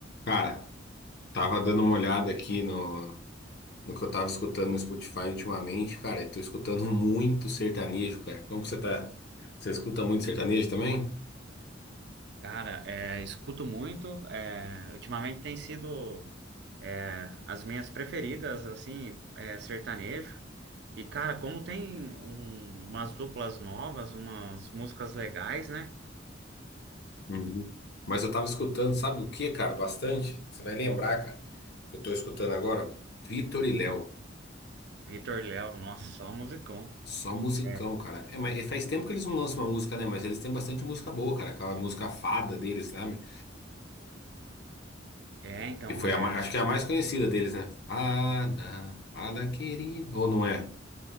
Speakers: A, on the left (about 60°); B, on the right (about 60°).
A: Cara, tava dando uma olhada aqui no, no que eu tava escutando no Spotify ultimamente, cara, e tô escutando <laughs> muito sertanejo, cara. Como que você tá? Você escuta muito sertanejo também?
B: Cara, é, escuto muito. é, ultimamente tem sido é, as minhas preferidas, assim, é, sertanejo. E, cara, como tem um- umas duplas novas, umas músicas legais, né?
A: Uhum. Mas eu tava escutando, sabe o que, cara? Bastante. Você vai lembrar, cara, que eu tô escutando agora? Vitor e Léo.
B: Vitor e Léo, nossa, só musicão.
A: Só musicão,
B: É,
A: cara. É, mas e faz tempo que eles não lançam uma música, né? Mas eles têm bastante música boa, cara. Aquela música Fada deles, sabe?
B: é, então,
A: Que foi
B: é,
A: a mais, acho que é a mais conhecida deles, né? Fada, Fada querida. Ou não é?